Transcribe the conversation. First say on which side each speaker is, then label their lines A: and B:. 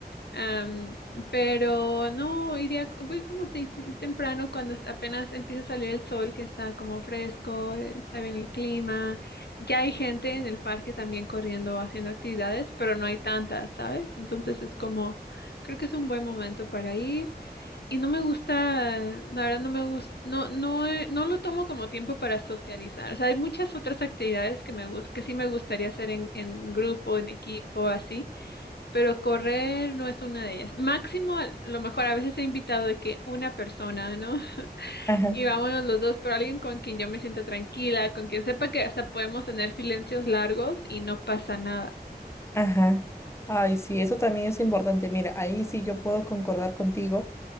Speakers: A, on the left (about 75°); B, on the left (about 15°).
A: Am, pero no, iría, voy como seis temprano cuando es- apenas empieza a salir el sol, que está como fresco, eh, está bien el clima. Ya hay gente en el parque también corriendo, haciendo actividades, pero no hay tantas, ¿sabes? Entonces es como, creo que es un buen momento para ir. Y no me gusta, la verdad no me gusta, no, no, eh, no lo tomo como tiempo para socializar. O sea, hay muchas otras actividades que me gus- que sí me gustaría hacer en, en grupo, en equipo, así, pero correr no es una de ellas. Máximo, a lo mejor a veces he invitado de que una persona, ¿no? <laughs>
B: Ajá,
A: Y vámonos los dos, pero alguien con quien yo me sienta tranquila, con quien sepa que hasta podemos tener silencios largos y no pasa nada.
B: ajá. Ay, sí, eso también es importante. Mira, ahí sí yo puedo concordar contigo.